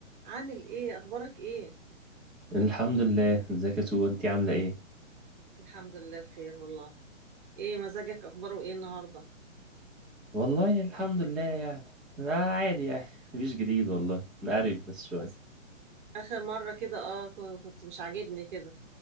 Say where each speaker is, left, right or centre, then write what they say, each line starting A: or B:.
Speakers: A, on the right (about 35°); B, in the centre.
A: عامل ايه اخبارك ايه
B: الحمد لله ازيك يا سو انتي عاملة ايه؟
A: الحمد لله بخير والله ايه مزاجك اخباره ايه النهارده
B: والله الحمد لله يعني لا عادي يعني مفيش جديد والله عارف بس شوية
A: أس... اخر مره كده اه ك- كنت مش عاجبني كده